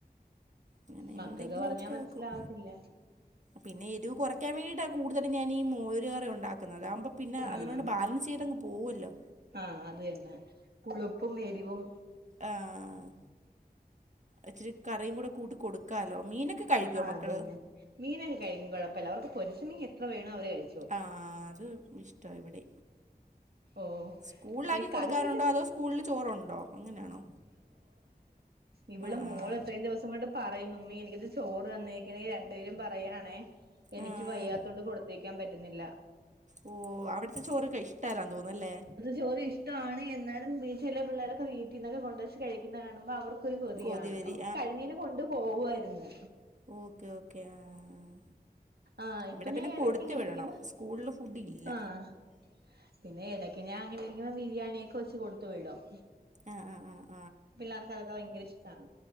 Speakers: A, on the right; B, on the right.
A: ഇങ്ങനെ
B: മക്കക്ക്
A: എന്തെങ്കിലും
B: പറഞ്ഞാ
A: ഒക്കെ
B: മനസ്സിലാവത്തില്ല
A: ആക്കും പിന്നെ എരുവ് കുറക്കൻ വേണ്ടിയിട്ടാ കൂടുതലും ഞാൻ ഈ മോര് കറി ഉണ്ടാക്കുന്നത് അതാകുമ്പം പിന്നെ
B: ആഹ്
A: അതിനോണ്ട് ബാലൻസ് ചെയ്തങ്ങ് പോവോല്ലോ
B: ആഹ് അത് തന്നെ പുളുപ്പും എരിവും
A: ആഹ് ഇച്ചിരി കറിയും കൂടെ കൂട്ട് കൊടുക്കാലോ മീനൊക്കെ കഴിക്കുവോ
B: ആഹ്
A: മക്കള്
B: അത് തന്നെ മീനൊക്കെ കഴിക്കും കുഴപ്പല്ല അവർക്ക് പൊരിച്ച മീൻ എത്ര വേണോ അവര് കഴി
A: ആഹ് അത് ഇഷ്ട ഇവിടെ
B: ഓഹ്
A: സ്കൂളിലാക്കി കൊടുക്കാറുണ്ടോ
B: കറി വെച്ച
A: അതോ സ്കൂളില് ചോറുണ്ടോ അങ്ങനെയാണോ
B: ഇവിടെ
A: ആഹ് ആഹ്
B: മോൾ എത്രയും ദിവസം കൊണ്ട് പറയുന്നുമ്മീ എനിക്കിത് ചോറ് തന്നേക്കണെ രണ്ടുപേരും പറയാണേ എനിക്ക്
A: ആഹ്
B: വയ്യാത്ത കൊണ്ട് കൊടു ക്കാൻ പറ്റുന്നില്ല
A: ഓ അവിടുത്തെ ചോറ് ഇഷ്ടല്ലാ തോന്ന്ന്ന് അല്ലേ
B: ചോറിഷ്ടാണ് എന്നാലും ഈ ചെലെ പിള്ളാരൊക്കെ വീട്ടീന്നൊക്കെ കൊണ്ടുവച്ച് കഴിക്കുന്ന കാണുമ്പോൾ അവർക്ക് ഒരു കൊതിയാണ്
A: കൊതിവരി
B: അവക്ക് കരിമീന് കൊണ്ട് പോവു ആയിരുന്നു
A: ഓക്കേ ഓക്കേ ആഹ ആഹ്
B: ആഹ്
A: ഇവിടെ
B: ഇപ്പൊ ഞാൻ
A: പിന്നെ കൊടുത്തു
B: ഇടക്ക് ഇങ്ങനെ
A: വിടണം
B: ഇരിക്കുമ്പോ
A: സ്കൂളില് ഫുഡ് ഇല്ല
B: ആഹ് പിന്നെ എടക്ക് ഞാൻ അങ്ങനെ ഇരിക്ക്മ്പോ ബിരിയാണിയൊക്കെ വച്ച് കൊടുത്തു വിടും
A: ആഹ ആഹ് ആഹ
B: പിള്ളേർക്ക് അതൊക്കെ ഭയങ്കര ഇഷ്ടമാണ്